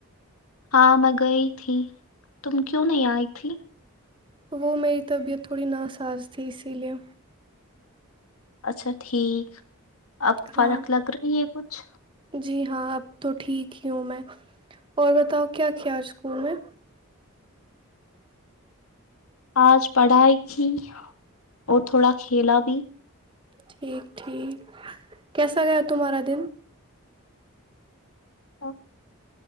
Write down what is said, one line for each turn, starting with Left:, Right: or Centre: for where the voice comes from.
Left: ہاں میں گئی تھی تم کیوں نہیں آئی تھی
Right: وہ میری طبیعت تھوڑی ناساز تھی اسی لیے
Left: اچھا ٹھیک اب فرق
Right: ہاں
Left: لگ رہی ہے کچھ
Right: جی ہاں اب تو ٹھیک ہی ہوں میں اور بتاؤ کیا کیاج اسکول میں
Left: آج پڑھائی کی اور تھوڑا کھیلا بھی
Right: ٹھیک ٹھیک کیسا گیا تمہارا دن
Left: ا